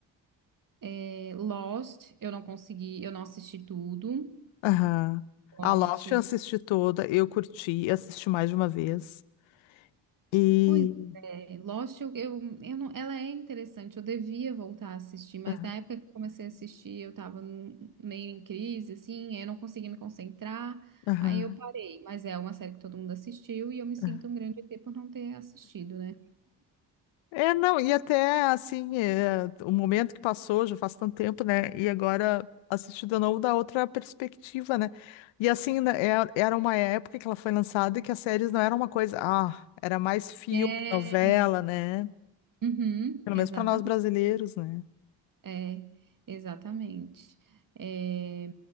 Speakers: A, on the right; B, on the left.
A: é, Lost, eu não consegui, eu não assisti tudo.
B: Aham.
A: Lost.
B: A Lost eu assisti toda, eu curti, assisti mais de uma vez. E.
A: Pois é, Lost, eu, eu, eu não, ela é interessante, eu devia voltar a assistir, mas
B: Aham,
A: na época que eu comecei a assistir, eu tava num- meio em crise, assim, aí eu não conseguia me concentrar,
B: aham,
A: aí eu parei, mas é uma série que todo mundo assistiu e eu me sinto
B: aham.
A: um grande ET por não ter assistido, né?
B: É, não, e até assim, é, o momento que passou já faz tanto tempo, né? E agora assisti de novo da outra perspectiva, né? E assim, né, é- era uma época que ela foi lançada e que as séries não eram uma coisa, ah, era mais filme,
A: É,
B: novela, né?
A: uhum,
B: Pelo
A: exatamente,
B: menos para nós brasileiros, né?
A: é, exatamente. É,